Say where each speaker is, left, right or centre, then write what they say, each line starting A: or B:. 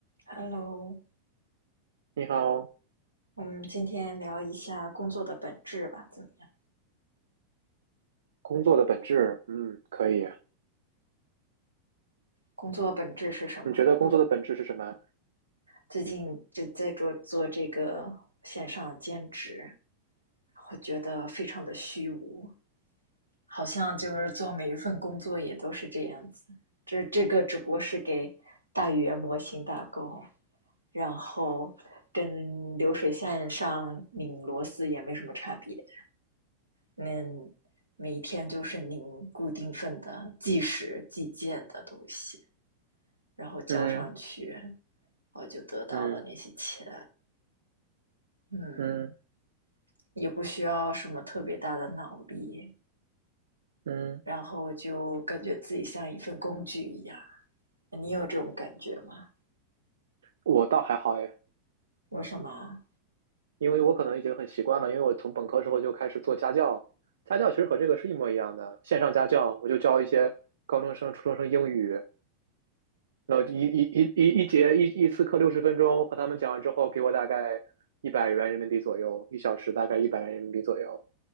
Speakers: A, on the right; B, on the right.
A: Hello，
B: 你好，
A: 我们今天聊一下工作的本质吧，怎么样？
B: 工作的本质，嗯，可以。
A: 工作本质是什么啊？
B: 你觉得工作的本质是什么？
A: 我最近就在做做这个线上兼职，我觉得非常的虚无，好像就是做每一份工作也都是这样子。这这个只不过是给大语言模型打勾，然后跟流水线上拧螺丝也没什么差别。嗯，每天就是您固定份的计时计件的东西，然后交上去，
B: 嗯
A: 我就得到了那些钱。
B: 嗯
A: 嗯，
B: 嗯
A: 也不需要什么特别大的脑力，
B: 嗯，
A: 然后就感觉自己像一份工具一样。你有这种感觉吗？
B: 我倒还好哎，
A: 为什么？
B: 因为我可能已经很习惯了，因为我从本科时候就开始做家教，家教其实和这个是一模一样的，线上家教，我就教一些高中生、初中生英语，然后一一一一一节一一次课六十分钟，和他们讲完之后，给我大概一百元人民币左右，一小时大概一百元人民币左右，